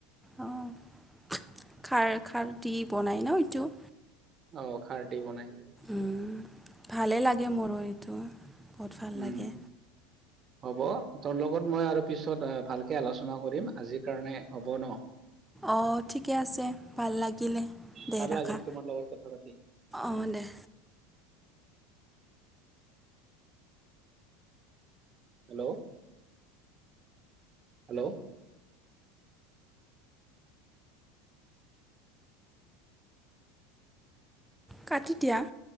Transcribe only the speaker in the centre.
অ', খাৰ-খাৰ দি বনাই ন এইটো?
উম ভালে লাগে মোৰো এইটো। বহুত ভাল
লাগে
অঁ ঠিকে আছে ভাল লাগিলে দে
ৰাখা।
অঁ দে।
কাটি দিয়া।